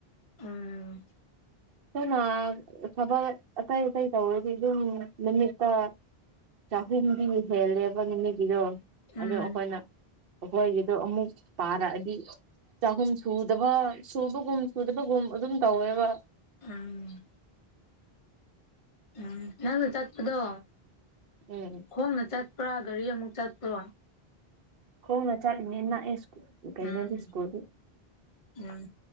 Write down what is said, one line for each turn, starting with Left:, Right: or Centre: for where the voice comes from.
Left: ꯎꯝ
Right: ꯑꯗꯨꯅ ꯊꯕꯛ ꯑꯇꯩ ꯑꯇꯩ ꯇꯧꯔꯗꯤ ꯑꯗꯨꯝ ꯅꯨꯃꯤꯠꯇ ꯆꯍꯨꯝꯗꯤꯕꯨ ꯍꯦꯜꯂꯦꯕ ꯅꯨꯃꯤꯠꯀꯤꯗꯣ
Left: ꯎꯝ
Right: ꯑꯗꯨ ꯑꯩꯈꯣꯏꯅ ꯑꯩꯈꯣꯏꯒꯤꯗꯣ ꯑꯃꯨꯛ ꯄꯥꯔꯛꯑꯗꯤ ꯆꯍꯨꯝ ꯁꯨꯗꯕ ꯁꯨꯕꯒꯨꯝ ꯁꯨꯗꯕꯒꯨꯝ ꯑꯗꯨꯝ ꯇꯧꯋꯦꯕ
Left: ꯎꯝ ꯎꯝ ꯅꯪꯅ ꯆꯠꯄꯗꯣ
Right: ꯎꯝ
Left: ꯈꯣꯡꯅ ꯆꯠꯄ꯭ꯔꯥ ꯒꯥꯔꯤ ꯑꯃꯨꯛ ꯆꯠꯄ꯭ꯔꯣ
Right: ꯈ‌ꯣꯡꯅ ꯆꯠꯂꯤꯅꯦ ꯅꯛꯑꯦ ꯁ꯭ꯀꯨꯜ ꯀꯩꯅꯣꯗꯤ
Left: ꯎꯝ
Right: ꯁ꯭ꯀꯨꯜꯗꯤ
Left: ꯎꯝ